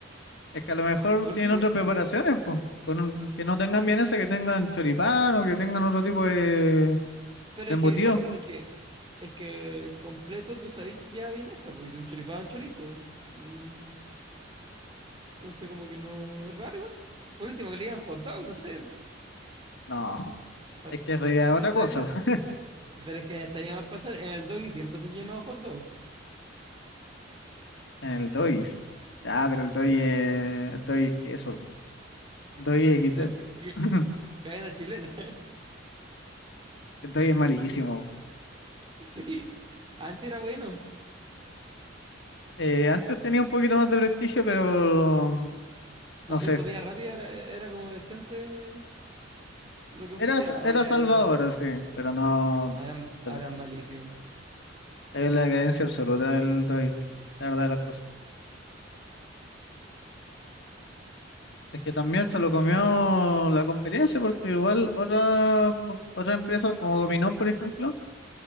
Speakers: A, on the left (about 65°); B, on the right (about 25°).
A: Es que a lo mejor
B: Por
A: tienen
B: último,
A: otras preparaciones, pues, con un- que no tengan vienesa, que tengan choripán o que tengan otro tipo de,
B: pero
A: de
B: es
A: embutido.
B: que, claro, pero es que es que el completo tú sabés que ya vienesa, porque es un choripán un chorizo. Mm, Entonces, como que no es raro igual. Por último, que le digan hot dog, no sé.
A: No,
B: A-
A: es que eso ya es otra
B: Hasta
A: cosa.
B: eso.
A: po.
B: Pero es que hasta llama a pasar. En el doggy siempre se ha llamado hot dog.
A: <laughs> En el Dois. Ya, pero el Dois
B: Sí.
A: es, el Dois es queso, po. Dois es equiteo.
B: <laughs> Que-
A: <laughs>
B: Cadena chilena.
A: el Entonces es malísimo.
B: <laughs> Sí, antes era bueno.
A: Eh, antes tenía un poquito más de prestigio, pero mm,
B: Para
A: no
B: hacer
A: sé.
B: comida rápida era, era como decente lo que ofrecía.
A: Era, s- era
B: Ahora
A: salvador,
B: es ma-
A: sí, pero no, no.
B: ahora, ahora
A: Es la
B: es malísimo.
A: es la decadencia absoluta del Doi, la verdad de las cosas.
B: sí,
A: Es que
B: sí,
A: también
B: sí.
A: se lo comió la competencia, porque igual otra, co- otra empresa como Dominó, por ejemplo,